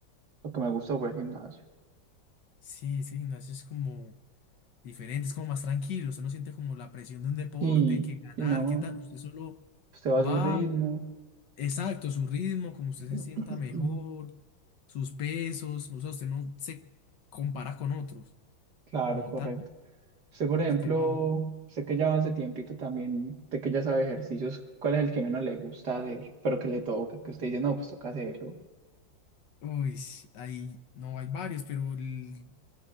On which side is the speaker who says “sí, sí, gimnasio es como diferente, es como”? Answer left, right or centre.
Left